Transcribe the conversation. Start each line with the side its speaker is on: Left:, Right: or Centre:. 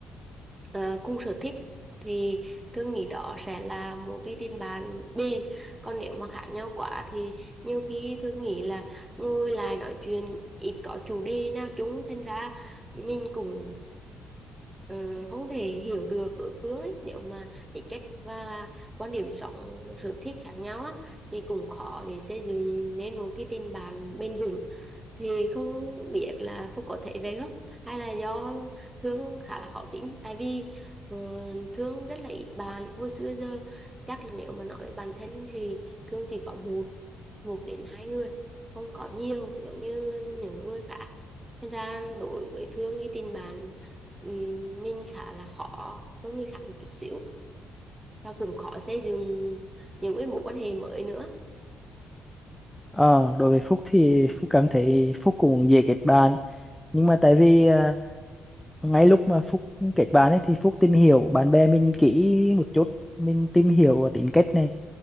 Right: ờ, cùng sở thích thì Thương nghĩ đó sẽ là một cái tin bạn bền. Còn nếu mà khác nhau quá thì nhiều khi Thương nghĩ là ngồi lại nói chuyện ít có chủ đề nào chung thành ra mình cũng ờ, không thể hiểu được đối phương ấy. Nếu mà tính cách và quan điểm sống sở thích khác nhau á, thì cũng khó để xây dựng nên một cái tình bạn bền vững thì không biết là Phúc có thể về gốc hay là do Thương khá là khó tính tại vì ờ, Thương rất là ít bạn hồi xưa giờ chắc là nếu mà nói về bản thân thì Thương chỉ có một một đến hai người không có nhiều giống như những người khác nên ra đối với Thương thì tình bạn ừm, mình khá là khó hơn người khác một chút xíu và cũng khó xây dựng những cái mối quan hệ mới nữa
Centre: ờ đối với Phúc thì Phúc cảm thấy Phúc cũng dễ kết bạn nhưng mà tại vì ờ, ngay lúc mà Phúc kết bạn ấy thì Phúc tìm hiểu bạn bè mình kỹ một chút mình tìm hiểu tính cách này